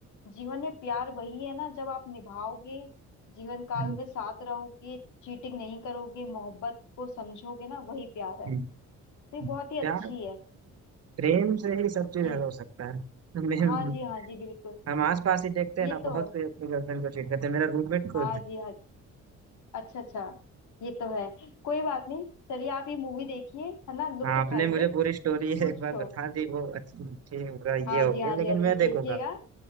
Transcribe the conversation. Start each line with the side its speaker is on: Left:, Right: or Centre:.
Left: जीवन में प्यार वही है ना जब आप निभाओगे जीवन काल
Right: हम्म,
Left: में साथ रहोगे चीटिंग नहीं करोगे मोहब्बत को समझोगे ना वही प्यार है
Right: हम्म,
Left: तो ये बहुत
Right: हम्म।
Left: ही अच्छी
Right: प्यार
Left: है
Right: प्रेम से ही सब चीज
Left: जी
Right: हल हो सकता है हमें-
Left: हाँ जी हाँ जी बिल्कुल
Right: हम आस पास ही देखते हैं
Left: ये
Right: ना
Left: तो
Right: बहुत
Left: है
Right: कोई अपनी गर्लफ्रेंड को चीट करते हैं मेरा रूममेट खुद
Left: हाँ जी हाँ जी अच्छा अच्छा ये तो है कोई बात नहीं चलिए आप ये मूवी देखिए है ना लुत्फ
Right: हाँ
Left: उठाइए
Right: आपने मुझे पूरी स्टोरी <laughs>
Left: कुछ
Right: एक बार बता दी वो अच्छी ठीक होगा
Left: हाँ
Right: ये हो
Left: जी
Right: गया
Left: हाँ
Right: लेकिन
Left: जी हाँ
Right: मैं
Left: जी देखिएगा
Right: देखूंगा